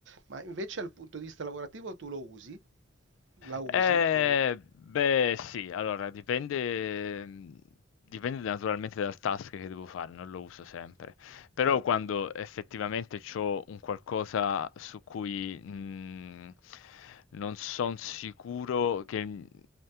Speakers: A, on the right (about 65°); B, on the left (about 80°).
A: Ma invece dal punto di vista lavorativo tu lo usi? La usi?
B: Eh,
A: Lo
B: beh, sì, allora dipende, dipende naturalmente dal task che devo fare, non lo uso sempre, però quando effettivamente ho un qualcosa su cui mh, non sono sicuro che mh,